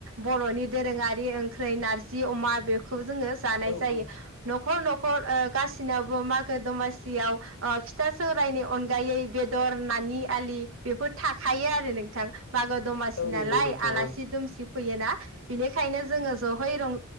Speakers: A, on the right; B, on the left.
A: बर'नि दोरोङारि ओंख्रै नारजि अमा बे खौ जोङो जानाय
B: औ औ
A: जायो न'खर न' खर ओ गासिनावबो मागो दमासियाव ओ फिथा सौरायनि अनगायै बेदर ना नि आलि बेफोर थाखायो आरो नोंथां। मागो दमासि
B: औ
A: नालाय,
B: नंगौ नोंथां
A: आलासि दुमसि फैयोना। बिनिखायनो जोङो ज'है ज ओ